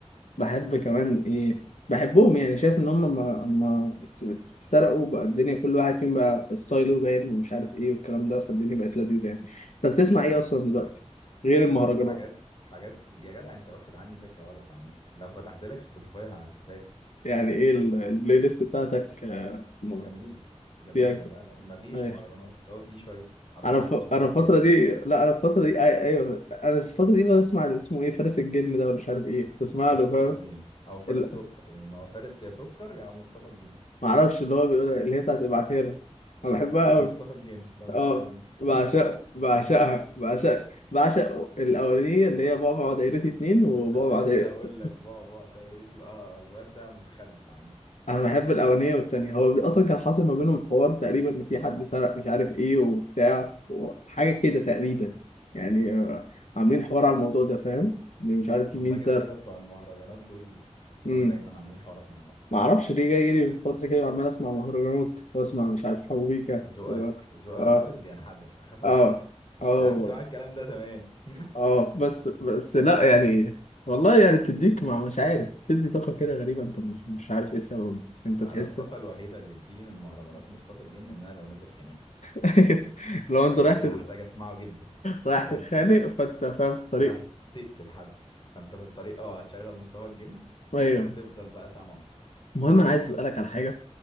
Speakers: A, on the left; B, on the left.
A: بحب كمان ايه بحبهم يعني شايف ان هم ما ما ات- افترقوا بقى الدنيا كل واحد فيهم بقى ستايله باين ومش عارف ايه والكلام ده فالدنيا بقت لذيذة يعني انت بتسمع ايه اصلا دلوقتي غير المهرجانات
B: حاجات حاجات كتير يا جدع انت واخد عني فكرة غلط عامة لو فتحت لك سبوتيفاي هتتفاجئ
A: يعني ايه ال- البلاي ليست بتاعتك آه، م-
B: جميلة جميلة
A: فيها
B: لا لا مفيش
A: أيوة.
B: مهرجانات هو في شوية أربعة
A: انا ف...
B: لمصطفى
A: انا
B: الجن
A: الفترة دي
B: مثلا
A: لا انا الفترة دي أي... ايوه انا الفترة دي بسمع اللي اسمه ايه فارس الجن ده ولا مش عارف ايه بسمع
B: مصطفى
A: له فاهم
B: الجن أو فارس
A: ال-
B: سكر يعني ما هو فارس يا سكر يا مصطفى الجن
A: ما اعرفش اللي هو بيقول إيه، اللي هي بتاعت ابعتها له انا بحبها
B: مصطفى
A: قوي
B: الجن ده مصطفى
A: اه
B: الجن
A: بعشق
B: <laughs>
A: بعشقها بعشق بعشق الاولانيه اللي هي بعبع ودايرتي اتنين وبعبع
B: كنت لسه
A: دايرتي
B: هقول لك بقى بقى ده يا ريت يبقى الواد ده متخلف عامة
A: انا بحب الاولانيه والتانيه هو بي- اصلا كان حاصل ما بينهم حوار تقريبا ان في حد سرق مش عارف ايه وبتاع وحاجه كده تقريبا يعني آه، عاملين حوار على الموضوع ده فاهم إن مش عارف
B: هما
A: مين
B: كده
A: سرق
B: كده بتوع المهرجانات دول هتلاقيهم
A: امم
B: دايما عاملين حوارات مع بعض
A: ما اعرفش ليه جاي لي في فتره كده عمال اسمع مهرجانات واسمع مش عارف حبوبيكا
B: ذوقك
A: و...
B: ذوقك
A: اه
B: ذوقك بينحدر أخاف
A: اه
B: عليك
A: اه
B: يعني
A: والله.
B: أنا كنت معاك الكلام ده زمان <laughs>
A: اه بس بس لا يعني والله يعني بتديك مع مش عارف بتدي طاقة كده غريبة انت مش مش عارف ايه السبب انت
B: انا
A: بتحس
B: الطاقه الوحيده اللي تجيلي من مهرجانات مصطفى الجن ان انا لو نازل خناقه
A: <laughs> لو
B: بجد
A: انت رايح تت...
B: هحتاج اسمعه جدا
A: رايح
B: بجد
A: تتخانق
B: يعني
A: فانت فاهم في الطريق
B: فراح تقتل حد فانت في الطريق اه هتشغل مصطفى الجن
A: ايوه
B: وتفضل بقى سامعه
A: المهم انا عايز اسألك على حاجة